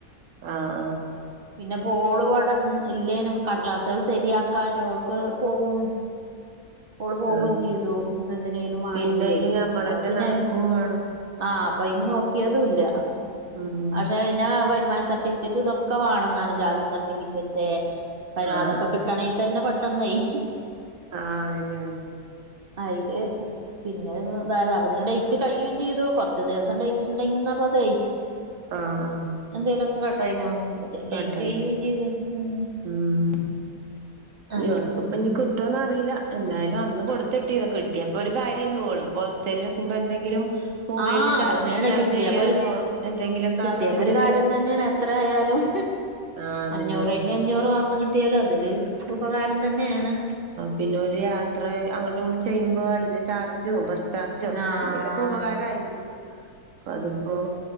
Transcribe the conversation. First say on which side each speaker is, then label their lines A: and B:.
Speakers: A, on the right (about 65°); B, on the right (about 50°).
A: ആഹ് ആഹ്
B: പിന്നെ ഇപ്പോള് ഇവടെ ഇല്ലേനും കടലാസുകള് ശരിയാക്കാനും ഓൾക്ക് പോകും ഓള് പോകും
A: ആഹ്
B: ചെയ്തു ഇപ്പ എന്തിനെലും വാണങ്കിലെയ്
A: പിന്നെ അയിന് ഞമ്മളന്നെ
B: അപ്പൊ പിന്നെ
A: നടക്കും വേണം
B: ആഹ് അപ്പൊ അയ്ന് നോക്കിയതു ഇല്ല
A: ഉം
B: പക്ഷെ പിന്നാ വരുമാന സർട്ടിഫിക്കറ്റ് ഇതൊക്കെ വേണന്ന് പറഞ്ഞു ജാതി സർട്ടിഫിക്കറ്റ് പരും
A: ആഹ്
B: അതൊക്കെ
A: ആഹ്
B: കിട്ടണെ തന്നെ പെട്ടെന്നെയ്
A: ആഹ് അതന്നെ
B: അയില് പിന്നെ ഇതായത് അപ്പത്തിന് ഡേറ്റ് കഴിയും ചെയ്തു കൊർച്ച് ദിവസം ഡേറ്റിണ്ടെങ്കിന്നപ്പ അതേ
A: ആഹ് ആഹ്
B: എന്തേലൊക്കെ കേട്ടായിനോ അപ്പത്തിന് ഡെയ്റ്റ്
A: കാട്ടാന്
B: കഴിയേം ചെയ്ത് ഉം
A: ഉം
B: അതെ
A: വർ‌ക്കിപ്പിഞ്ഞി കിട്ടോന്നറിയില്ല എന്തായാലും അന്ന് കൊടുത്തിട്ടീന്ന് കിട്ടിയപ്പൊ ഒരു കാര്യന്നു ഓളിപ്പ ഹോസ്റ്റൽല് നിക്കുമ്പ എന്തെങ്കിലും മൊബൈലിൽ
B: ആഹ്
A: ചാ
B: അതന്നെണ്
A: റീചാർജ്
B: കിട്ടിയപ്പൊരു
A: ചെയ്യാനോ എന്തെങ്കിലുമൊക്കെ
B: കിട്ടിയപ്പൊ
A: ആവശ്യത്തിന്
B: ഒരു കാര്യം തന്നെയാണ് എത്ര ആയാലും
A: ആഹ് അതന്നെ
B: അഞ്ഞൂറെങ്കി അഞ്ഞൂറ് മാസം കിട്ടിയാലും അതൊരു ഉപകാരം തന്നേണ്
A: പിന്നൊരു യാത്ര അങ്ങട്ടും ഇങ്ങട്ടും ചെയ്യുമ്പോ അയിന്റെ ചാർജും ഭ <unintelligible>
B: ആഹ്
A: പിന്നലൊക്കെ ഉപകാരയിരുന്നു പ്പൊ അത്പ്പോ